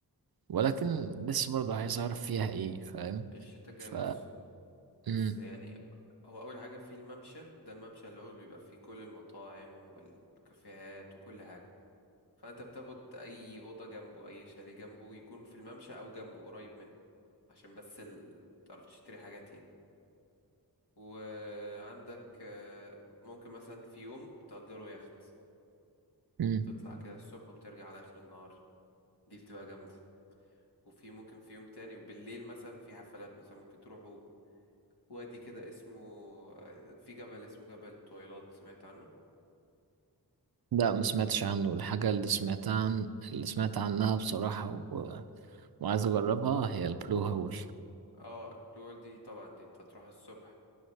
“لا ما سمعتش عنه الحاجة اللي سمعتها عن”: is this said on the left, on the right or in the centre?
Right